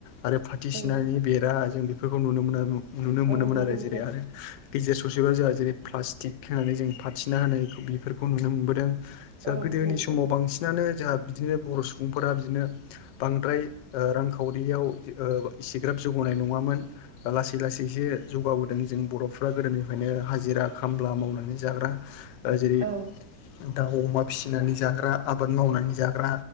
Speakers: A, on the left; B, on the right.
A: आरो फाथि
B: औ
A: सिनानि बेरा जों बेफोरखौ नुनो मोनो नुनो मोनोमोन
B: औ नंगौ
A: आरो
B: नोंथां
A: जेरै आरो गेजेर ससेबा जोंहा जेरै प्लास्टिक होनानै जों फथिना होनायखौ बेफोरखौ नुनो मोनबोदों जोंहा
B: औ
A: गोदोनि
B: नंगौ नोंथां
A: समाव बांसिनानो जोंहा बिदिनो बर' सुबुंफोरा बिदिनो बांद्राय ओ रांखावरियाव ओ एसेग्राब जौगानाय नङामोन लासै लासैसो जौगाबोदों जों बर'फ्रा गोदोनिफ्रायनो हाजिरा खामला मावनानै जाग्रा ओ जेरै
B: औ
A: दाउ अमा फिसिनानै जाग्रा आबाद मावनानै जाग्रा